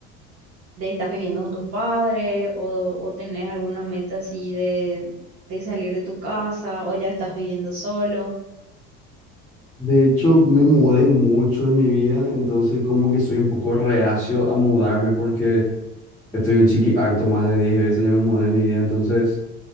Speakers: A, on the right; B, in the centre.
A: de estás viviendo con tus padres o, o tenés alguna meta así de, de salir de tu casa o ya estás viviendo solo.
B: De hecho, me mudé mucho en mi vida, entonces como que soy un poco reacio a mudarme porque estoy un chiqui harto, más de 10 veces ya me mudé en mi vida, entonces...